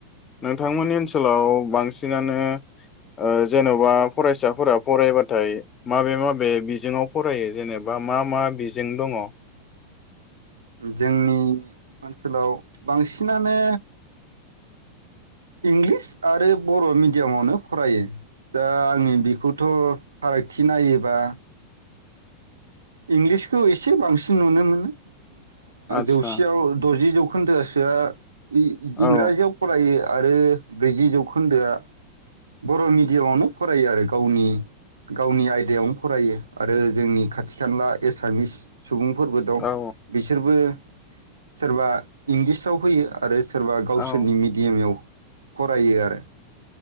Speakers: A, on the left; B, on the right.
A: नोंथांमोननि ओनसोलाव बांसिनानो ओ जेनबा फरायसाफोरा फरायबाथाय माबे माबे बिजोङाव फरायो जेनेबा मा मा बिजों दङ?
B: जोंनि ओनसोलाव बांसिनानो इंलिस आरो बर' मिडियामावनो फरायो दा आङो बेखौथ फारागथि नायोबा इंलिसखौ एसे बांसिन नुनो मोनो। ओ
A: आदसा
B: जौसेयाव दजि जौखोन्दो आसोआ ई
A: औ
B: इंराजियाव फरायो। आरो ब्रैजि जौखोन्दोआ बर' मिडियामावनो फरायो आरो गावनि गावनि आयदायावनो फरायो आरो जोंनि खाथि खाला एसामिस सुबुंफोरबो दं
A: औ
B: बिसोरबो सोरबा इंलिसाव होयो आरो सोरबा गावसोरनि
A: औ
B: मिडियामाव फरायो आरो।